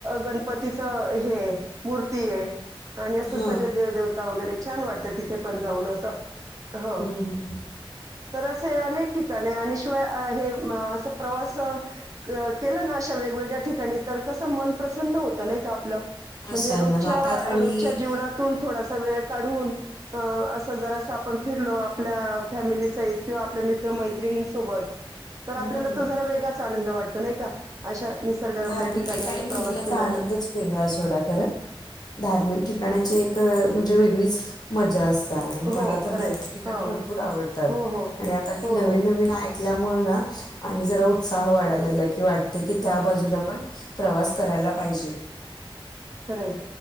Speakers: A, on the right (about 35°); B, on the left (about 45°).
A: गणपतीच हे मूर्ती आहे. आणि असं
B: हा
A: सगळे देवदेवता वगैरे छान वाटतं तिथे पण जाऊन असं. हो
B: हम्म.
A: तर असे अनेक ठिकाण आहे आणि शिवाय हे असं प्रवास. अ केलं ना अशा वेगवेगळ्या ठिकाणी तर कसं मन प्रसन्न होतं नाही का आपलं.
B: प्रसन्न
A: म्हणजे रोजच्या
B: हा त्यात आणि
A: रोजच्या जीवनातून थोडासा वेळ काढून. अ असं जरास आपण फिरलो आपल्या फॅमिली सहित किंवा आपल्या मित्र मैत्रिणींसोबत. तर
B: हम्म
A: आपल्याला तो जरा वेगळाच आनंद वाटतो नाही का अशा निसर्गरम्य
B: धार्मिक
A: ठिकाणी असा
B: गेलेल्याचा
A: प्रवास केला
B: आनंदच
A: तर
B: वेगळा सोडा करत धार्मिक ठिकाणाची एक म्हणजे वेगळीच. मजा असत आणि
A: हो,
B: मला तर
A: खरं
B: धार्मिक
A: आहे.
B: ठिकाण
A: हो.
B: भरपूर आवडतात
A: हो, हो.
B: आणि आता ही
A: हो,
B: नवीन
A: हो.
B: नवीन यामुळे न आणि जरा
A: हं.
B: उत्साह वाढायला लागला की वाटत की त्या
A: हां,
B: बाजूला पण प्रवास करायला पाहिजे
A: खरे